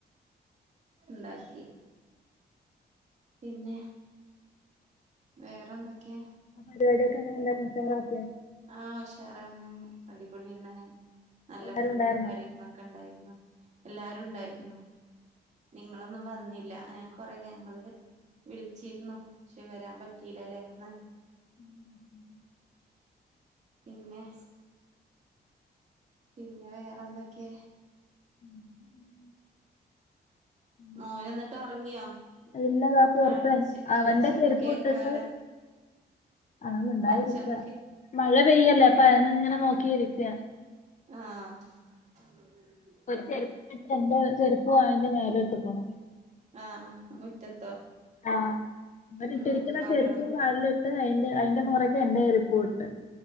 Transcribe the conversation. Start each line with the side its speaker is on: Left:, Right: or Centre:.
Right: ണ്ടാക്കി പിന്നെ വേറെന്തൊക്കെ
Left: എല്ലാരോക്കെ എങ്ങനെ <unintelligible> ഉഷാറാക്കിയോ
Right: ആഹ് ഷാറാണ് അടിപൊളിയാണ് നല്ല
Left: എല്ലാരും
Right: ഫുഡും
Left: ഉണ്ടായിരുന്നോ
Right: കാര്യ ഇമ്മക്കെണ്ടായിരുന്നു എല്ലാരു ണ്ടായിരുന്നു. നിങ്ങള ന്നും വന്നില്ല ഞൻ കൊറേ ഞമ്മള് ക് വിളിച്ചിരുന്നു ക്ഷെ വരാൻ പറ്റീലലേ ന്ന്.
Left: <inaudible>
Right: പിന്നെ.. പിന്നെ വേറെന്തൊക്കെ.
Left: <unintelligible>
Right: മോന് എന്നിട്ട് ഉറങ്ങിയോ
Left: ഇല്ലതാ പൊറത്ത്
Right: ആഹ് ഒച്ച
Left: അവന്റെ
Right: ഒച്ചൊന്നും
Left: ചെരുപ്പിട്ട്
Right: കേക്കാല
Left: ട്ട് അങ്ങനൊന് ണ്ടായിരിക്ക
Right: ഒച്ചൊന്നും കേ
Left: മഴ പെയ്യല്ലേ അപ്പ അയൊന്ന്ങ്ങനെ നോക്കിരിയ്ക്ക.
Right: ആഹ്
Left: ചെരുപ്പിട്ടിട്ടെന്താഎന്റെ ചെരുപ്പ് അയി ന്റെ മേലട്ട്ക്ക്‌ണു
Right: ആഹ് മുറ്റത്തോ
Left: ആഹ് നട്ഇട്ടിരിക്കുന്ന
Right: ഉം ബഹളൊന്നും
Left: ചെരുപ്പും കാൽല് ന്റെ അയിന്റെ ആതിൻ്റ പുറകൊ എന്റെ ചൊരുപും ഉണ്ട്.